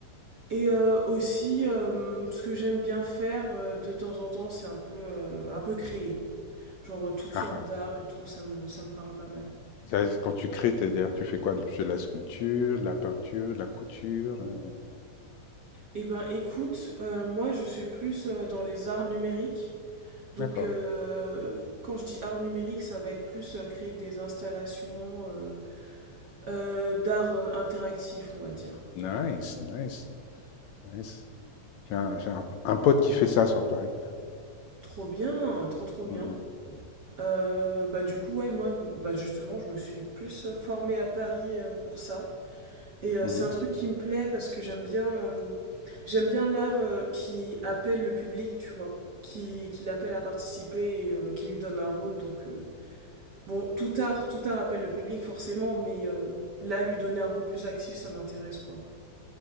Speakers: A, on the right; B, on the left.
A: et euh, aussi, euh, ce que j'aime bien faire euh, de temps en temps, c'est un peu, euh, un peu créer. Genre euh, toutes
B: Ah,
A: sortes
B: ah.
A: d'arts et tout, ça me, ça me parle pas mal.
B: Ça, c'est Quand tu crées, c'est-à-dire, tu fais quoi? Tu fais de la sculpture, de la peinture, de la couture. euh,
A: Eh ben écoute, euh, moi je suis plus euh, dans les arts numériques. Donc
B: D'accord.
A: euh, quand je dis arts numériques, ça va être plus euh, créer des installations euh, euh, d'art euh, interactif, on va dire.
B: Nice, nice, nice. J'ai un, j'ai un- un pote qui fait ça sur Paris.
A: Trop bien, trop trop
B: Mmh
A: bien.
B: mh.
A: Euh, bah du coup ouais moi bah justement je me suis plus euh, formée à Paris euh, pour ça et euh,
B: Mmh
A: c'est un truc qui me plaît parce que j'aime bien euh, j'aime bien l'art euh, qui appelle le public tu vois qui, qui l'appelle à participer et euh, qui lui donne un rôle donc euh, bon tout art tout art appelle le public forcément mais euh, là lui donner un rôle plus actif ça m'intéresse quoi